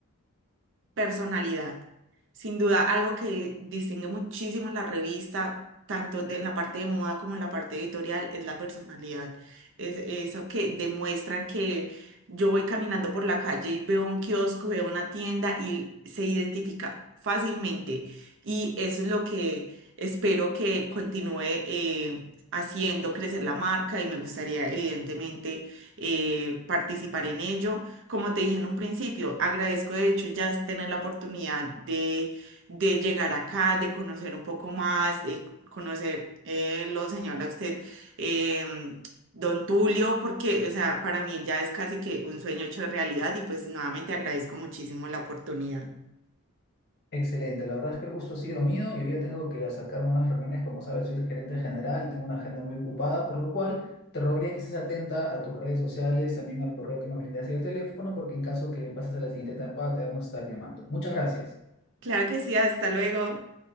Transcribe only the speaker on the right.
Personalidad. Sin duda, algo que distingue muchísimo la revista, tanto de, en la parte de moda como en la parte editorial, es la personalidad. Es, eso que demuestran que yo voy caminando por la calle y veo un kiosco, veo una tienda y se identifica fácilmente. Y eso es lo que espero que continúe eh, haciendo crecer la marca y me gustaría, evidentemente, eh, participar en ello. Como te dije en un principio, agradezco de hecho ya tener la oportunidad de, de llegar acá, de conocer un poco más, de conocer eh, lo señor a usted, em, don Tulio, porque, o sea, para mí ya es casi que un sueño hecho realidad y pues nuevamente agradezco muchísimo la oportunidad.
Claro que sí, hasta luego.